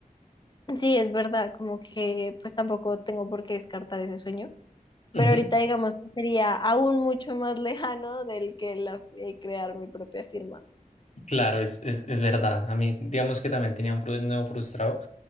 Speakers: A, on the left; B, on the left.
A: Sí, es verdad, como que pues tampoco tengo por qué descartar ese sueño,
B: Ujú,
A: pero ahorita digamos que sería aún mucho más <laughs> lejano del que la, eh, crear mi propia firma.
B: Claro, es, es, es verdad. A mí, digamos que también tenía un fru- no frustrado